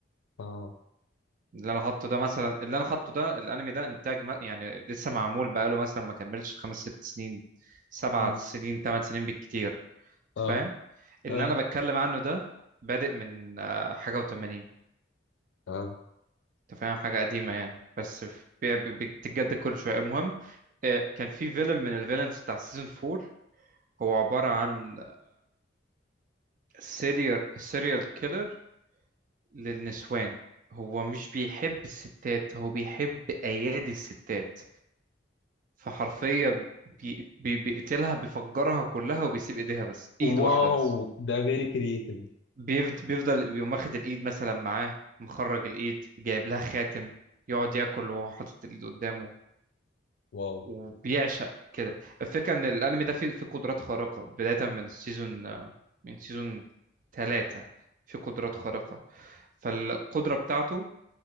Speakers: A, on the left; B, on the right.
A: اه
B: اللي أنا حاطه ده مثلا اللي أنا حاطه ده الأنمي ده إنتاج ما يعني لسه معمول بقاله مثلا ما كملش خمس ست سنين سبع
A: مم.
B: سنين ثمان سنين بالكتير أنت
A: اه
B: فاهم اللي
A: اه
B: أنا بتكلم عنه ده بادئ من آه حاجة و80
A: اه
B: أنت فاهم حاجة قديمة يعني بس في- بي- بي- بتتجدد كل شوية المهم آه كان في فيلم من الفيلنز بتاع سيزون 4 هو عبارة عن سيريال سيريال كيلر للنسوان هو مش بيحب الستات هو بيحب أيادي الستات فحرفيا بي... بي... بيقتلها بيفجرها كلها وبيسيب ايديها بس ايد
A: واو
B: واحدة بس
A: ده فيري كرييتيف
B: بيفضل, بيفضل يقوم واخد الايد مثلا معاه مخرج الايد جايب لها خاتم يقعد ياكل وهو حاطط الايد قدامه
A: واو
B: وبيعشق كده الفكرة ان الانمي ده فيه فيه قدرات خارقة بداية من السيزون من سيزون ثلاثة في قدرات خارقة فالقدرة بتاعته